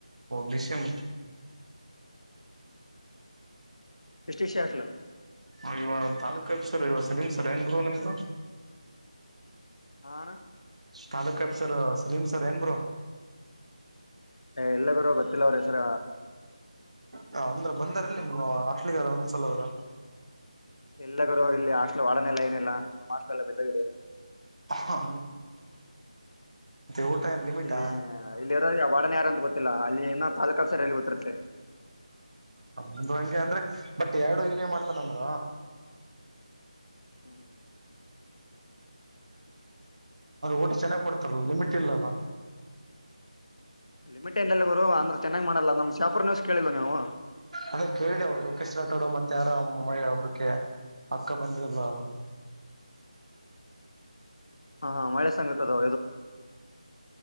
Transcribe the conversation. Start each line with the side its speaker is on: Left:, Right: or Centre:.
Right: ಬಿಸೆಮ
Left: ಎಷ್ಟಿ ಶಖಲ <inaudible>
Right: ಹ ಇವ ತಾಲೂಕ ಎಪ್ಸರ್ ಇವ ಸಲೀಮ ಸರ್ ಏನ್ ಬರು ನಿಮ್ದು
Left: ಹಣ
Right: ತಾಲೂಕ್ಬ್ ಸರ್ ಸಲೀಂ ಸರ್ ಏನ್ ಗರು
Left: ಎಲ್ಲ ಗರ ಗೊತ್ತಿಲ್ಲ ಅವ್ರ ಹೆಸರ
Right: ಹ ಅಂದ್ರ ಬಂದಾರ ನಿಮ ಅಸ್ಲಿಿಗೆದ ಒಂದ್ಸಲದ್ರ
Left: ಎಲ್ಲ ಗುರು ಇಲ್ಲಿ ಹಾಸ್ಟ್ಲ್ ಒಡನೆೆಲ್ಲ ಏನಿಲ್ಲ ನಮ್ಮ ಮಾಸ್ ಎಲ್ಲ ಬಿದ್ದಿದೆ
Right: ಹಂಗಗಿದೆ ವಟೈಮ ಲಿಮಿಟಾ
Left: ಇಲ್ಲಿ ಇಲ್ಲಿರೋ ವಾರ್ಡನ್ ಯಾರಂತ ಅಲ್ಲಿ ತಾಲೂಕ ಸರಲ್ಲಿ ಗೊತ್ತರುತ್ತೆ
Right: ಒಂದು ಹಂಗೆ ಅಂದ್ರೆ ಬಟ್ ಎರಡು ಇನೇ ಮಾಡ್ತಾನ ಅಂದ್ರ
Left: ಹ್ಞೂ
Right: ಊಟ ಚೆನ್ನಾಗ್ ಕೊಡ್ತಾರ ಲಿಮಿಟ್ ಇಲ್ಲಲ್ಲ
Left: ಲಿಮಿಟ ಎಲ್ಲಿ ಬರಾವ್ ಚೆನ್ನಾಗಿ ಮಾಡಲ್ಲ ನಮ್ಮ್ ಶಾಪೂರ್ನ್ಯವಸ್ ಕೇಳಿಲ್ಲವ ನೀವು
Right: ಅದ ಕೇಳಿದೆ ಅವ್ರು ಲೋಕೇಶ್ ರಟೋಡ ಮತ್ತೆ ಯಾರ ಮೈ ಹಬ್ಬಕ್ಕೆ ಅಕ್ಕ ಬಂದಿದಲ್ಲ
Left: ಹಾ ಹಾ ಮಳೆ ಸಂಗತ್ದೋ